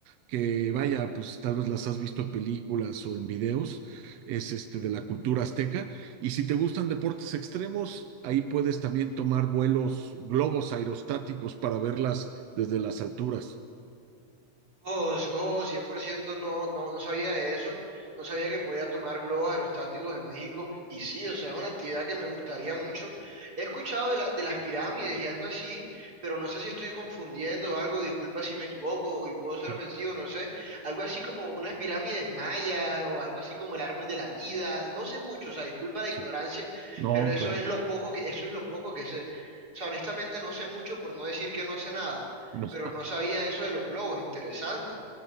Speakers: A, on the right (about 75°); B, on the right (about 25°).
A: que vaya, pues tal vez las has visto en películas o en videos, es este de la cultura azteca. Y si te gustan deportes extremos, ahí puedes también tomar vuelos, globos aerostáticos para verlas desde las alturas.
B: Oh, s- oh, 100% no, no, no sabía de eso, no sabía que podía tomar globos aerostáticos en México y sí, o sea, es una actividad que me gustaría mucho. He escuchado de, la- de las pirámides y algo así, pero no sé si estoy confundiendo algo, disculpa si me equivoco y puedo ser
A: Sí,
B: ofensivo, no sé, algo así como unas pirámides mayas o algo así como el árbol de la vida, no sé mucho, o sea, disculpa la
A: sí.
B: ignorancia,
A: No,
B: pero eso
A: claro.
B: es lo poco que, eso es lo poco que sé. O sea, honestamente no sé mucho por no decir que no sé nada
A: No.
B: pero
A: <laughs>
B: no sabía eso de los globos, interesante.